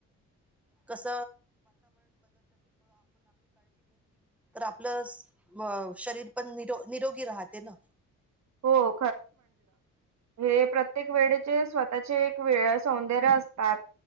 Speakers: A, in the centre; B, on the right.
A: कस <unintelligible> अ शरीर पण निरोगी राहते <inaudible> ना
B: हो हे प्रत्येक वेळेचे स्वतःचे एक वेगळे सौंदर्य असतात